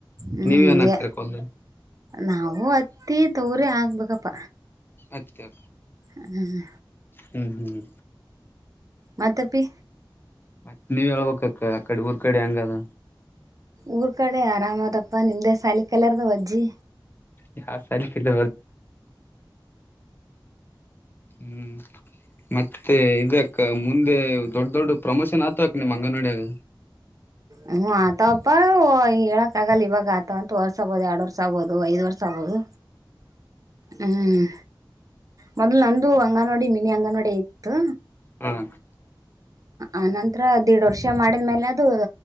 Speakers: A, on the right; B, on the left.
A: ಹ್ಮ್
B: ನೀವ್ ಏನ್ ಹಾಕ್ತಿರ
A: ಎ
B: ಹೊಲ್ದಲ್ಲಿ
A: ನಾವು ಅತ್ತಿ ತವ್ರ ಆಗ್ಬೇಕಪ್ಪ
B: ಅ್ಕಾ
A: ಹ್ಮ್
B: ಹ್ಮ್ ಹ್ಮ್
A: ಮಪಿ
B: ಮತ್ತೆ ನೀವ್ ಹೇಳ್ಬೇಕಕ್ಕ ಆ ಕಡೆ ಊರ್ ಕಡೆ ಹೆಂಗ ಅದ
A: ಊರ್ ಕಡೆ ಆರಾಮ್ದಪ್ಪ ನಿಮ್ದೆ ಸಾಲ ಕಲರ್ದ ವಜ್ಜಿ
B: ಯ ಸಾಲ ಕಲ್ಲ ಹ್ಮ್ ಮತ್ತೆ ಇದ್ಯಾಕ್ಕ ಮುಂದೆ ದೊಡ್ ದೊಡ್ ಪ್ರಮೋಷನ್ ಆತಕ್ ನಿಮ್ಮ್ ಅಂಗನವಾಡಿಯಾಗ
A: ಹ್ಮ ಆತಪ್ಪ ಹೇಳಕ್ ಆಗಲ್ಲ ಇವಾಗ ಆತ ಅಂತ ವರ್ಷ ಆಗ್ಬೋುದು ಎರಡ್ ವರ್ಷ ಆಗ್ಬೋದು ಐದ್ ವರ್ಷ ಆಗ್ಬೋದು ಹ್ಮ್ ಮೊದ್ಲು ನಂದು ಅಂಗನೋಡಿ ಮಿನಿ ಅಂಗನವಾಡಿ ಇತ್ತು
B: ಹ್ಮ
A: ಆನಂತರ ದೇಡ್ ವರ್ಷ ಮಾಡಿದ್ಮೇಲೆ ಅದು